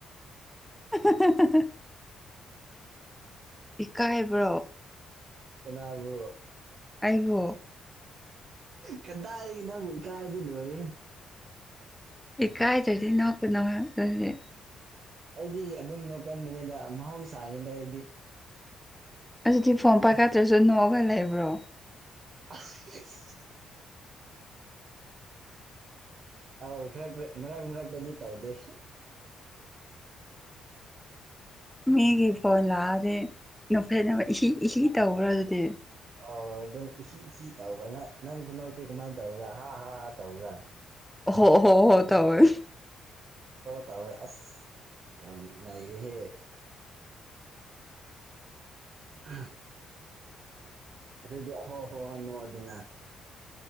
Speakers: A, in the centre; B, on the right.
A: <inaudible> ꯏꯀꯥꯏꯕ꯭ꯔꯣ
B: ꯅꯥꯒ
A: ꯑꯩꯍꯣ
B: ꯀꯈꯤꯇꯥꯔꯗꯤ ꯅꯪꯕꯨ ꯏꯀꯥꯏꯔꯗꯤ ꯂꯣꯏꯔꯦ
A: ꯏ ꯀꯥꯏꯗꯔꯗꯤ ꯅꯣꯀ ꯅꯦ
B: ꯑꯩꯗꯤ ꯑꯗꯨꯝꯅꯣ ꯀꯟꯕꯅꯤꯗ ꯃꯍꯧꯁꯥꯔꯤꯗ ꯑꯩꯗꯤ
A: ꯑꯗꯨꯗꯤ ꯐꯣꯝ ꯄꯥꯏꯈꯠꯇ꯭ꯔꯁꯨ ꯅꯣꯛꯑꯒ ꯂꯩꯕ꯭ꯔꯣ
B: <inaudible>
A: <inaudible>
B: ꯑꯥꯎ ꯈꯔ ꯈꯔ ꯃꯔꯛ ꯃꯔꯛꯇꯗꯤ ꯇꯧꯗꯦ
A: ꯃꯤꯒꯤ ꯐꯣꯟ ꯂꯥꯛꯑꯗꯤ ꯅꯨꯐꯦꯠꯅꯕ ꯏ ꯏ ꯇꯧꯈ꯭ꯔ ꯑꯗꯨꯗꯤ
B: ꯑꯣ ꯑꯗꯨꯝ ꯏ ꯏ ꯇꯧꯕꯅ ꯅꯪ ꯈꯨꯗꯣꯛꯇꯤ ꯀꯃꯥꯏꯅ ꯇꯧꯔꯥ ꯍꯥ ꯍꯥ ꯍꯥ ꯇꯧ꯭ꯔꯥ
A: ꯍꯣ ꯍꯣ ꯍꯣ ꯇꯋꯣꯏ
B: ꯇꯣꯏ ꯑꯁ ꯌꯥꯝ ꯅꯥꯏꯔꯦꯍꯦ ꯑ ꯑꯗꯨꯗꯤ ꯑꯍꯣ ꯍꯣ ꯍꯅꯣ ꯑꯗꯨꯅ